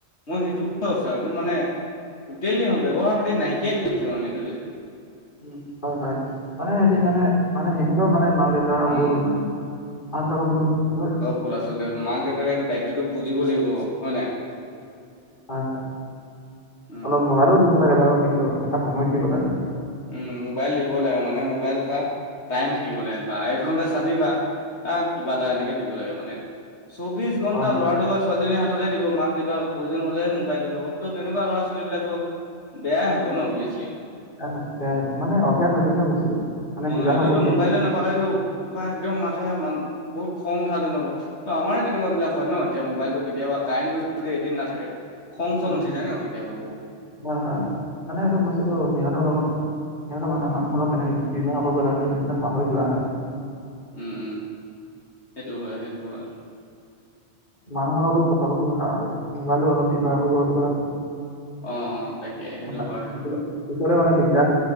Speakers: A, on the left; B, on the left.
A: মই সেইটো কৈছোঁ একদম মানে টোটেলি ব্যৱহাৰ পাতি নাইকিয়াই হৈছে মানে। এইটো যে
B: উম, হয়, হয় মানে সিহ'তে মানে মানে সিহঁতৰ মানে মা দে টা
A: উম
B: ভুল মানে মাক দেউতাকৰ ভুল
A: হ'ল আচলতে মাক দেউতাকে এইটো দায়িত্বটো বুজিব লাগিব হয় নে নাই?
B: হয়, হয়
A: উম
B: অলপ মোবাইলো দিব লাগে বাৰু, কিন্তু এটা সময়ত দিব লাগে।
A: উম মোবাইল দিব লাগে, মানে মোবাইল এটা টাইম থাকিব লাগে বা এক ঘণ্টা চাবি বা আহ কিবা এটা এনেকে দিব লাগে মানে, চৌবিছ ঘণ্টা
B: হয়
A: ল'ৰাটো বচ ছোৱালীজনী হাততে দিব, মাক দেউতাক প্ৰয়োজন হ'লেহে মোবাইলটো ল'ব। তো তেনেকুৱা লৰা ছোৱালী বিলাকতো বেয়াই হ'ব ন অবিয়াচলি।
B: বেয়া হ'ব, সেয়াইটো মানে অভ্যাস হৈ যায় ন বস্তুটো। মানে
A: অ'
B: কিবাহৰ
A: সিহঁতৰতো
B: প্ৰতি
A: ম'বাইল না পালেতো বা একদম মাথা মান বহুত খং উঠা যেন হ'ব ত' আমাৰে তেনেকুৱা বিলাক হয় ন? এতিয়া মোবাইলতটো কেতিয়াবা কাৰেণ্টটো যদি এদিন নাথাকে খং
B: উম,
A: চং উঠি যায় ন কেতিয়াবা বহুত।
B: হয়, হয়, হয় মানে এইটো বস্তুতটো সিহঁতৰ লগত সিহঁতে মানে মানুহৰ লগত কেনেক ব্যৱহাৰ কৰিব লাগে সেইবিলাক পাহৰি যোৱা হয়।
A: উম উম সেইটো হয় সেইটো হয়।
B: মানুহৰ লগতো কথা বতৰা আৰু মানে <unintelligible> অলপ ব্যৱহাৰ কৰিব শিকিব লাগে।
A: অ অ তাকে সেইটো
B: <unintelligible>
A: হয় সেইটো হয়
B: মানে দিগদাৰ